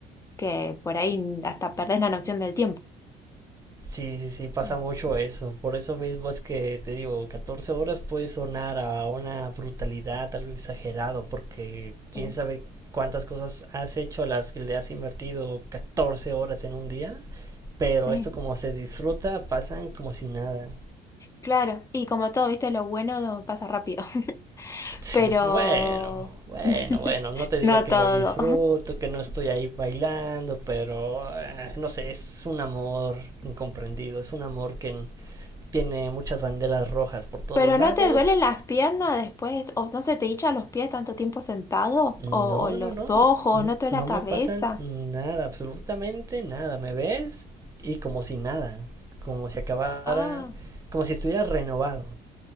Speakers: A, on the left; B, on the right.
A: que por ahí hasta perdés la noción del tiempo.
B: sí, sí, sí, pasa
A: Mm,
B: mucho eso. Por eso mismo es que te digo, 14 horas puede sonar a una brutalidad, algo exagerado, porque quién
A: Sí,
B: sabe cuántas cosas has hecho a las que le has invertido 14 horas en un día, pero
A: sí,
B: esto como se disfruta, pasan como si nada.
A: claro. Y como todo, viste, lo bueno pasa rápido. <laughs>
B: Sí,
A: pero
B: bueno, bueno, bueno,
A: <laughs>
B: no te diría
A: no
B: que
A: todo.
B: lo disfruto, que no estoy ahí bailando, pero eh, no sé, es un amor incomprendido, es un amor que n- tiene muchas banderas rojas por todos
A: ¿Pero
B: lados.
A: no te duelen las piernas después? ¿O no se te hinchan los pies tanto tiempo sentado?
B: No,
A: ¿O, o los
B: no, no, n-
A: ojos?
B: n-
A: ¿No te duele
B: no
A: la cabeza?
B: me pasan nada, absolutamente nada, ¿me ves? Y como si nada, como si acabara,
A: Ah,
B: como si estuviera renovado.